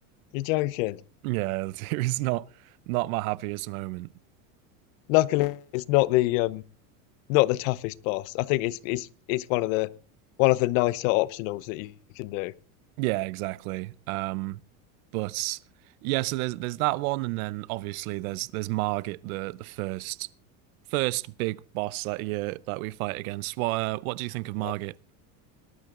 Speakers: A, on the left; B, on the right.
A: you're joking.
B: Yeah, <laughs> it was not not my happiest moment.
A: Luckily, it's not the um not the toughest boss. I think it's it's it's one of the one of the nicer optionals that you can do.
B: Yeah, exactly. Um, but yeah, so there's there's that one, and then obviously there's there's Margit, the the first first big boss that year that we fight against. What uh, what do you think of Margit?
A: Yeah.